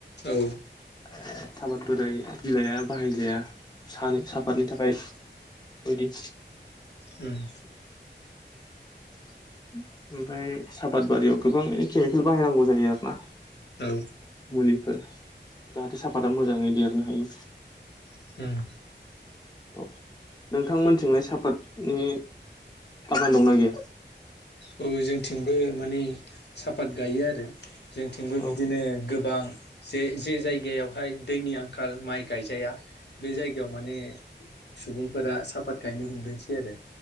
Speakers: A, on the left (about 65°); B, on the left (about 20°).
A: औ उम
B: <unintelligible> बोराय बिलाइया बाहायजाया सान साफतनि थाखाय बायदि
A: ओम
B: <inaudible> ओमफ्राय साबाद बारियाव गोबां केमिकेल बाहायनांगौ जायो आरो ना।
A: औ
B: मुलिफोर जाहाथे साफाता मोजाङै देरनो हायो
A: उम
B: <inaudible> नोंथांमोनथिंलाय सापातनि बागान दंना गैया?
A: औ जोंथिंबो माने साफात गायो आरो जोंथिंबो
B: औ
A: बिदिनो गोबां जे जे जायगायावहाय दैनि आंखाल माइ गायजाया बे जायगायाव माने सुबुंफोरा साफात गायनो हमदोंसै आरो।